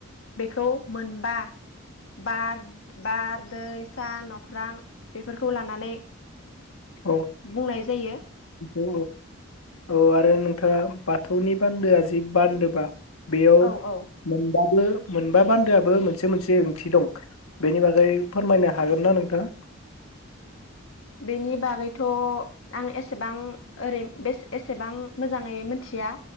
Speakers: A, on the left; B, on the left.
A: बेखौ मोनबा बार बार दै, सान, नख्रां बेफोरखौ लानानै
B: औ
A: बुंनाय जायो
B: औ औ आरो नोंथाङा बाथौनि बान्दोआ जि बान्दोबा बेयाव
A: औ औ
B: मोनबाबो मोनबा बान्दोआबो मोनसे मोनसे ओंथि दं बेनि बागै फोरमायनो हागोन ना नोंथाङा?
A: बेनि बागैथ आं एसेबां ओरै बेस‌ एसेबां मोजाङै मिथिया